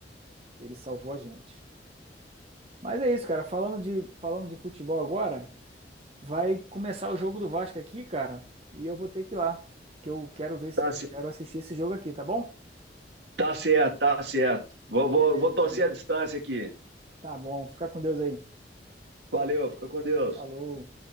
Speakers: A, on the right (about 35°); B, on the right (about 75°).
A: Ele salvou a gente. Mas é isso, cara. Falando de, falando de futebol agora, vai começar o jogo do Vasco aqui, cara. E eu vou ter que ir lá. Que eu quero ver se
B: Tá, ce-
A: quero assistir esse jogo aqui, tá bom?
B: tá certo, tá certo. Vou,
A: Beleza,
B: vou, vou
A: então.
B: torcer a distância aqui.
A: Tá bom. Fica com Deus aí.
B: Valeu, fica com Deus.
A: Falou.